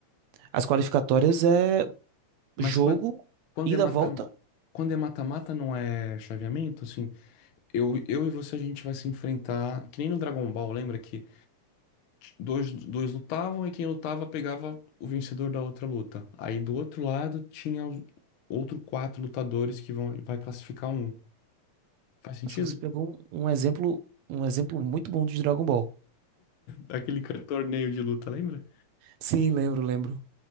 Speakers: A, on the right; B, on the left.
A: As qualificatórias é jogo,
B: mas quando, quando
A: ida,
B: é mata,
A: volta.
B: quando é mata-mata não é chaveamento, assim. Eu, eu e você a gente vai se enfrentar, que nem no Dragon Ball, lembra que Dois, dois lutavam e quem lutava pegava o vencedor da outra luta. Aí do outro lado tinha os- outro quatro lutadores que vão vai classificar um. Faz sentido?
A: Nossa, você pegou um um exemplo, um exemplo muito bom de Dragon Ball.
B: Aquele ca- torneio de luta, lembra?
A: Sim, lembro, lembro.